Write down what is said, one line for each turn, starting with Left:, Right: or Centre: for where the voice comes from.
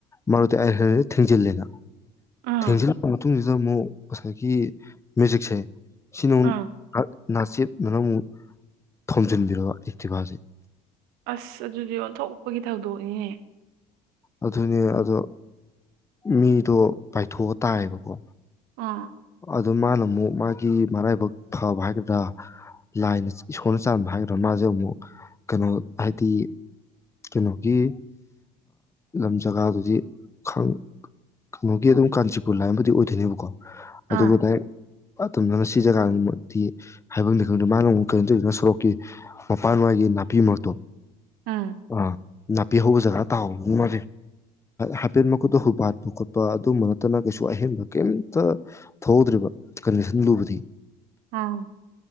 Left: ꯃꯔꯨꯗꯤ ꯑꯩ ꯍꯔꯗꯤ ꯊꯤꯡꯖꯤꯜꯂꯦꯅ
Right: ꯑꯥ
Left: ꯊꯦꯡꯖꯤꯜꯂꯛꯕ ꯃꯇꯨꯡꯁꯤꯗ ꯑꯃꯨꯛ ꯉꯁꯥꯏꯒꯤ ꯃ꯭ꯌꯨꯖꯤꯛꯁꯦ ꯁꯤꯅꯨꯡ
Right: ꯑꯥ
Left: ꯅꯥꯁꯤꯠ ꯅꯅꯪ ꯑꯃꯨꯛ ꯊꯣꯝꯖꯤꯟꯕꯤꯔꯔꯕ ꯏꯇꯤꯚꯥꯁꯦ
Right: ꯑꯁ ꯑꯗꯨꯗꯤ ꯑꯣꯟꯊꯣꯛꯄꯒꯤ ꯊꯧꯗꯣꯛꯅꯤꯅꯦ
Left: ꯑꯗꯨꯅꯦ ꯑꯗꯣ ꯃꯤꯗꯣ ꯄꯥꯏꯊꯣꯛꯑ ꯇꯥꯏꯌꯦꯕꯀꯣ
Right: ꯑ
Left: ꯑꯗꯨ ꯃꯥꯅ ꯑꯃꯨꯛ ꯃꯥꯒꯤ ꯃꯔꯥꯏꯕꯛ ꯐꯕ ꯍꯥꯏꯒꯗ꯭ꯔꯥ ꯂꯥꯏꯅ ꯏꯁꯣꯔꯅ ꯆꯥꯟꯕ ꯍꯥꯏꯒꯗ꯭ꯔꯥ ꯃꯥꯁꯦ ꯑꯃꯨꯛ ꯀꯩꯅꯣ ꯍꯥꯏꯗꯤ ꯀꯩꯅꯣꯒꯤ ꯂꯝ ꯖꯒꯥꯗꯨꯗꯤ ꯀꯩꯅꯣꯒꯤ ꯑꯗꯨꯝ ꯀꯥꯟꯆꯤꯄꯨꯔ ꯂꯥꯏꯕꯨꯗꯤ ꯑꯣꯏꯗꯣꯏꯅꯦꯕꯀꯣ
Right: ꯑꯥ
Left: ꯑꯗꯨꯒꯗ ꯄꯠꯇꯗꯅ ꯁꯤ ꯖꯒꯥꯅꯤꯃꯛꯇꯤ ꯍꯥꯏꯐꯝꯗꯤ ꯈꯪꯗꯦ ꯃꯥꯅ ꯑꯃꯨꯛ ꯀꯩꯅꯣ ꯇꯧꯔꯤꯁꯤꯅ ꯁꯣꯔꯣꯛꯀꯤ ꯃꯄꯥꯟꯋꯥꯏꯒꯤ ꯅꯥꯄꯤ ꯃꯔꯛꯇꯣ
Right: ꯑꯥ
Left: ꯑ ꯅꯄꯤꯍꯒ ꯖ ꯇ ꯃꯥ ꯍꯥꯏꯐꯦꯠ ꯃꯈꯨꯠꯇ ꯍꯨꯄꯥꯠꯄ ꯈꯣꯠꯄ ꯑꯗꯨꯝꯕ ꯅꯠꯇꯅ ꯀꯩꯁꯨ ꯑꯍꯦꯟꯕ ꯀꯩꯝꯇ ꯊꯧꯍꯧꯗ꯭ꯔꯤꯕ ꯀꯟꯗꯤꯁꯟ ꯂꯨꯕꯗꯤ
Right: ꯑꯥ